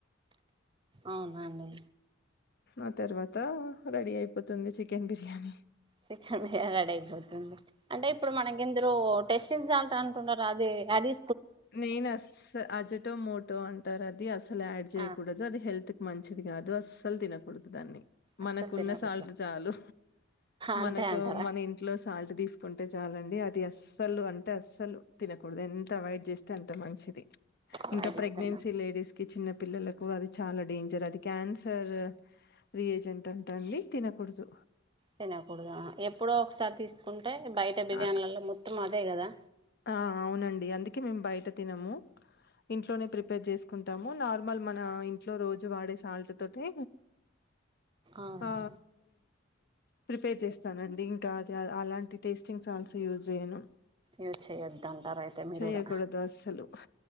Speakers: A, on the right; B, on the left.
A: అవునాండి
B: ఆ తర్వాత రెడీ అయిపోతుంది చికెన్ బిర్యానీ
A: చికెన్ రెడ్ అయిపోతుంది అంటే ఇప్పుడు మనకిందులో టెస్టింగ్ సాల్ట్ అంటుండారు అదే యాడ్ చే
B: నేను అస్స అజటో మోటో అంటారు అది అసలు యాడ్ చేయకూడదు
A: ఆ
B: అది హెల్త్ మంచిది కాదు అస్సలు తినకూడదు దాన్ని
A: అస్సలు
B: మనకున్న
A: తినకూడదు
B: సాల్ట్ చాలు
A: అంతే
B: మనకు
A: అంటారా
B: మన ఇంట్లో సాల్ట్ తీసు కుంటే చాలండి అది అస్సలు అంటే అస్సలు తినకూడదు ఎంత అవైడ్ చేస్తే అంత మంచిది
A: అవాయిడ్
B: ఇంకా ప్రెగ్నెన్సీ
A: చేస్తున్నా
B: లేడీస్‌కి చిన్న పిల్లలకు అది చాలా డేంజర్ అది క్యాన్సర్ రి ఏజెంట్ అంట అండి తినకూడదు
A: తినకూడదా ఎప్పుడో ఒకసారి తీసుకుంటే బయట బిర్యానులలో
B: ఆ
A: మొత్తం అదే కదా
B: ఆ అవునండి అందుకే మేము బయట తినము ఇంట్లోనే ప్రిపేర్ చేసు కుంటాము నార్మల్ మన ఇంట్లో రోజు వాడే సాల్ట్ తోటే
A: అవునా
B: ఆ ప్రిపేర్ చేస్తానండి ఇంకా అది అలాంటి టేస్టింగ్ సాల్ట్స్ యూజ్ చేయను
A: యూజ్ చేయొద్దు అంటారయితే మీరు
B: చేయకూడదు
A: కూడా
B: అస్సలు